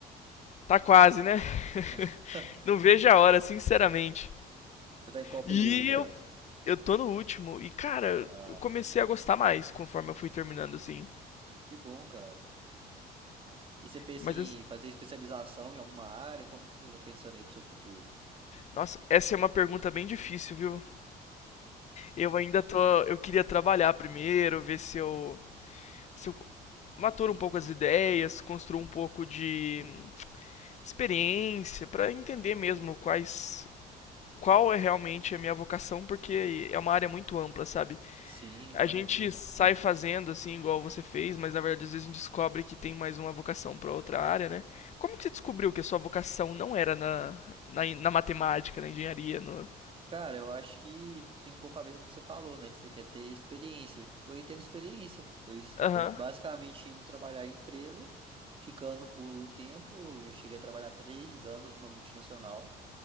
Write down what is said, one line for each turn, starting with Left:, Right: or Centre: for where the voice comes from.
Left: tá quase, né? <laughs>
Right: <laughs>
Left: Não vejo a hora, sinceramente.
Right: Você tá em qual
Left: E
Right: período já?
Left: eu, eu tô no último. E, cara,
Right: Ah,
Left: eu comecei a gostar mais conforme eu fui terminando, assim.
Right: que bom, cara. E você pensa
Left: Mas
Right: em fazer especialização em alguma área? Como que você está pensando aí para o seu futuro?
Left: Nossa, essa é uma pergunta bem difícil, viu? Eu ainda tô. Eu queria trabalhar primeiro, ver se eu. Se eu maturo um pouco as ideias, construo um pouco de experiência pra entender mesmo quais. Qual é realmente a minha vocação, porque é uma área muito ampla, sabe?
Right: Sim,
Left: A
Right: imagino.
Left: gente sai fazendo assim, igual você fez, mas na verdade às vezes a gente descobre que tem mais uma vocação pra outra área, né? Como que você descobriu que a sua vocação não era na, na, na matemática, na engenharia? No...
Right: Cara, eu acho que tem um pouco a ver com o que você falou, né? Que você quer ter experiência. Foi tendo experiência, foi
Left: Aham,
Right: basicamente indo trabalhar em empresa, ficando por um tempo. Eu cheguei a trabalhar três anos numa multinacional.